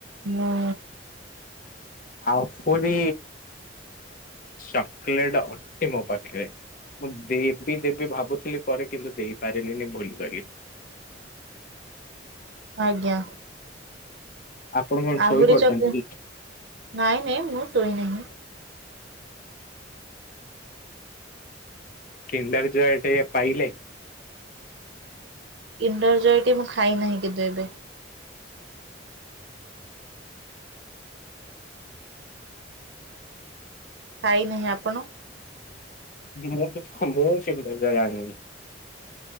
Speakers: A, on the right (about 70°); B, on the left (about 45°).
A: ମୁଁ
B: ଆଉ ପରି ଚକୋଲେଟ ଅଛି ମୋ ପାଖରେ ମୁଁ ଦେବି ଦେବି ଭାବୁଥିଲି ପରେ କିନ୍ତୁ ଦେଇପାରିଲିନି ଭୁଲି କିଲି
A: ଆଜ୍ଞା
B: ଆପଣ କଣ
A: ଆହୁରି
B: ଶୋଇ ପଡିଛନ୍ତି
A: ଚକଲେ
B: କି
A: ନାଇଁ ନାଇଁ ମୁଁ ଶୋଇନାହିଁ
B: କିଣ୍ଡାର ଯ ଏଠି ପାଇଲେ
A: ଇଣ୍ଣ୍ଡର ଜୟଟି ମୁଁ ଖାଇନାହିଁ କିନ୍ତୁ ଏବେ ଖାଇନାହିଁ ଆପଣ
B: ମୁଁଁ ମୁହୁଁ ସୁନ୍ଦର ଯା ଆଣି